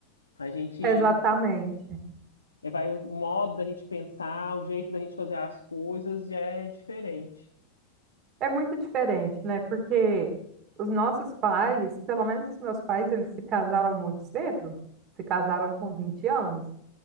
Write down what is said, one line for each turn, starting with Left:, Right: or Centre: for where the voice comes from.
Left: A gente
Right: Exatamente.
Left: eh, vai o modo da gente pensar, o jeito da gente fazer as coisas já é diferente.
Right: É muito diferente, né? Porque os nossos pais, pelo menos os meus pais, eles se casaram muito cedo, se casaram com 20 anos.